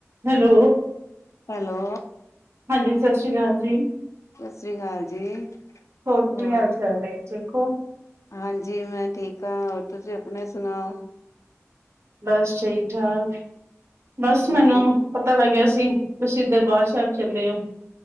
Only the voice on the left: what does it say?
hello,
ਸਤਿ ਸ੍ਰੀ ਅਕਾਲ ਜੀ
ਹੋਰ
ਹਾਂਜੀ ਮੈਂ ਠੀਕ ਹਾਂ। ਤੁਸੀਂ ਆਪਣੇ ਸੁਣਾਓ?
ਹੋਰ
ਕੀ